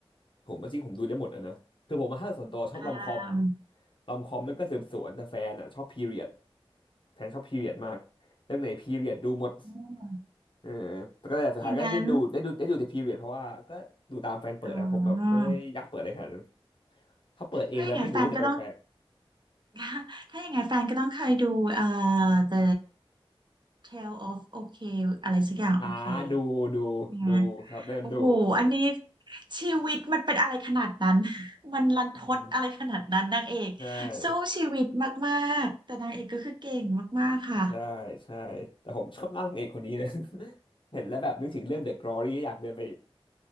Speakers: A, on the left; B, on the right.
A: ผมจริงๆผมดูได้หมดอะนะคือผมมาถ้าส่วนตัวชอบรอมคอม
B: อ่า
A: รอมคอมมันก็สืบสวนแต่แฟนอ่ะชอบพีเรียดแฟนชอบพีเรียดมากเรื่องไหนพีเรียดดูหมด
B: อม
A: เออแต่ก็เลยสุดท้ายก็ได้ดูได้ดูได้ดูแต่พีเรียดเพราะว่าก็ดูตามแฟนเปิดนะครับผมแบบไม่ได้อยากเปิดอะไรขนาดนั้น
B: อย่างนั้นอ๋อ
A: ถ้าเปิดเองแล้วไม่ดูก็จะแปลก
B: ถ้าอย่างนั้นแฟนก็ต้อง <laughs> ถ้าอย่างนั้นแฟนก็ต้องเคยดูเอ่อ The Tale of OK อะไรสักอย่าง
A: ๆอ่าดูดูดูครับเดินดู
B: OK เนี่ย โอ้โหอันนี้ชีวิตมันเป็นอะไรขนาดนั้น <laughs> มันรันทดอะไรขนาดนั้นนางเอก
A: อืมใช่
B: สู้ชีวิตมากๆแต่นางเอกก็คือเก่งมากๆค่ะ
A: ใช่ใช่แต่ผมชอบนั่งเอกคนนี้เลย <laughs> เห็นแล้วแบบนึกถึงเรื่อง The Glory อยากเดินไป